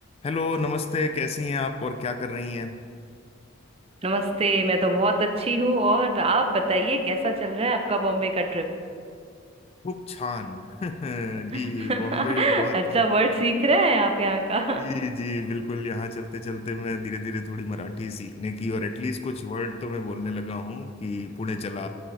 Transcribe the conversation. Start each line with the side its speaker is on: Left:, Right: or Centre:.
Left: Hello नमस्ते कैसी हैं आप और क्या कर रही हैं
Right: नमस्ते मैं तो बहुत अच्छी हूँ और आप बताइए कैसा चल रहा है आपका बॉम्बे का ट्रिप
Left: खूब छान <laughs>
Right: <laughs>
Left: जी बॉम्बे बहुत
Right: अच्छा वर्ड सीख रहे हैं आप यहाँ का
Left: जी जी बिल्कुल यहाँ चलते चलते मैं धीरे धीरे थोड़ी मराठी सीखने की और एटलीस्ट कुछ वर्ड तो मैं बोलने लगा हूँ कि पुणे चला